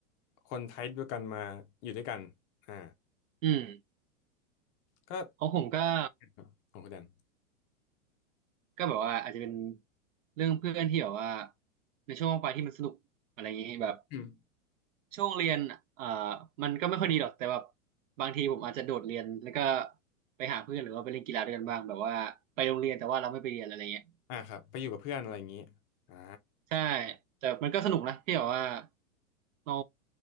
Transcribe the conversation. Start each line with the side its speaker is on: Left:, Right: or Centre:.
Left: คนไทป์เดียวกันมาอยู่ด้วยกันอ่า
Right: อืม
Left: ก็
Right: ของผมก็
Left: ครับของคุณแดน
Right: ก็แบบว่าอาจจะเป็นเรื่องเพื่อนที่แบบว่าในช่วงว่างไปที่มันสนุกอะไรอย่างนี้แบบ
Left: อืม
Right: ช่วงเรียนอ่ามันก็ไม่ค่อยดีหรอกแต่แบบบางทีผมอาจจะโดดเรียนแล้วก็ไปหาเพื่อนหรือว่าไปเล่นกีฬาด้วยกันบ้างแบบว่าไปโรงเรียนแต่ว่าเราไม่ไปเรียนอะไรเงี้ย
Left: อ่าครับไปอยู่กับเพื่อนอะไรอย่างนี้อ่า
Right: ใช่แต่มันก็สนุกนะที่แบบว่าเรา